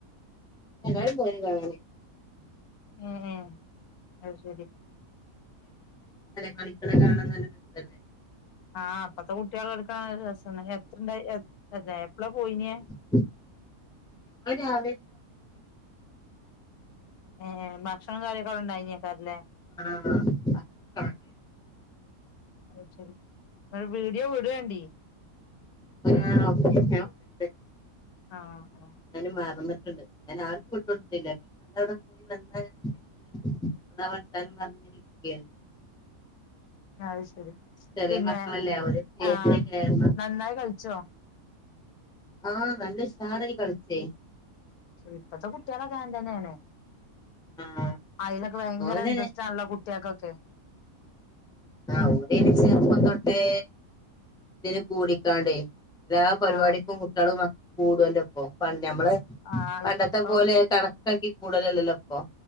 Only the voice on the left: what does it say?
ആഹ് അഅ്ശരി
ആഹ് പ്പത്തെ കുട്ട്യാള് കളിക്ക്ണ കാണ് ണ രസാണ് എത്രണ്ടാ എപ്പളാ പോയിനേ
ഏഹ് ഭക്ഷണം കാര്യക്കെ അവ്ടെണ്ടായിനേക്കാരല്ലേ
ന്നാ വീഡിയോ വിടാേണ്ടി
ആഹ്ഹാ
അഅ്ശരി
പിന്നെ
ആഹ്
നന്നായി കൾച്ചോ
ഇപ്പത്തെ കുട്ട്യാളൊക്ക അങ്ങൻതന്നേണ്
അയ്ലൊക്കെ ഭയങ്കര
ഇൻട്രസ്റ്റ് ആണല്ലോ കുട്ട്യാൾക്കൊക്കെ
ആഹ്
ആഹ്
ഇപ്പം